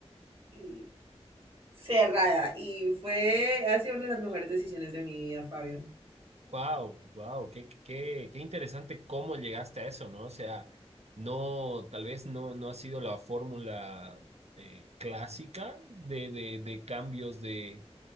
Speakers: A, on the right; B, on the right.
A: y cerrada. Y fue, ha sido una de las mejores decisiones de mi vida, Fabio.
B: Wow, wow, qué, qué, qué qué interesante cómo llegaste a eso, ¿no? O sea, no, tal vez no, no ha sido la fórmula eh, clásica de, de, de cambios de,